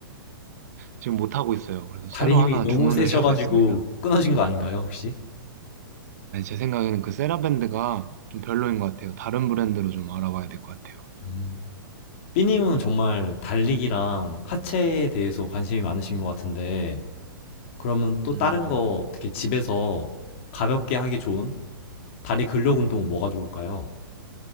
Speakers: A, on the right; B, on the left.
A: 지금 못 하고 있어요. 그래서 새로
B: 다리 힘이
A: 하나
B: 너무
A: 주문을
B: 세셔가지고
A: 해야겠습니다.
B: 끊어진 거 아닌가요, 혹시?
A: 네, 제 생각에는 그 세라밴드가 좀 별로인 것 같아요. 다른 브랜드로 좀 알아봐야 될 것 같아요.
B: 음. 삐님은 정말 달리기랑 하체에 대해서 관심이 많으신 것 같은데, 그러면 또
A: 음.
B: 다른 거 어떻게 집에서 가볍게 하기 좋은 다리 근력 운동은 뭐가 좋을까요?